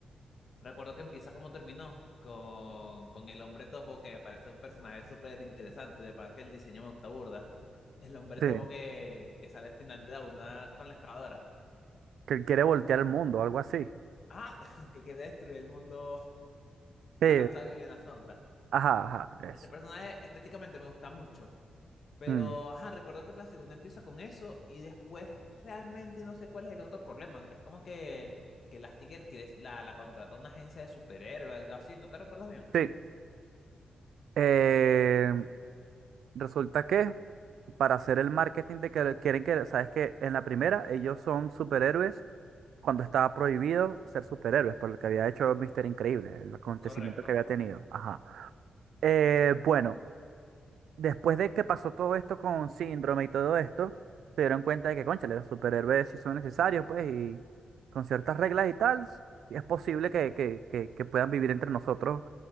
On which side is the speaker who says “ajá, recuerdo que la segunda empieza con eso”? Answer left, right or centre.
Left